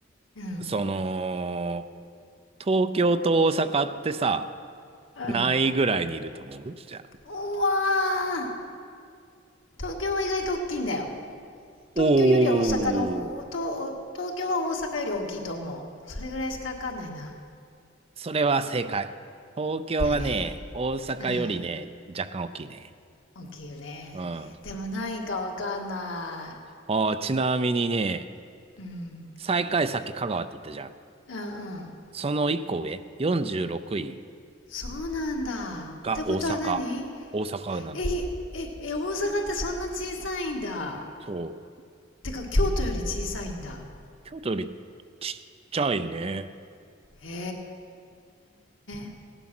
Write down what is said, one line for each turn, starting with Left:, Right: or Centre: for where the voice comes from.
Left: うん。
Right: その、東京と大阪ってさ、
Left: うん。
Right: 何位ぐらいにいると思うじゃあ。
Left: うわー東京は意外と大きいんだよ。
Right: おー。
Left: 東京よりは大阪の、東東京は大阪より大きいと思う。それぐらいしかわかんないな。
Right: それは正解。東京はね、
Left: だよね。
Right: 大阪よりね、
Left: うん。
Right: 若干大きいね。
Left: 大きいよね。
Right: うん。あ
Left: でも何位かわかんな
Right: あ、ちなみにね、
Left: い。うん。
Right: 最下位さっき香川って言ったじゃん。
Left: うんうん。
Right: その一個上、46位
Left: そうなんだ。
Right: が大阪。
Left: ってことは何
Right: 大阪なの。
Left: え、え、え、大阪ってそんな小さいんだ。
Right: そう。
Left: てか京都より小さいんだ。
Right: 京都よりちっちゃいね。
Left: へえ。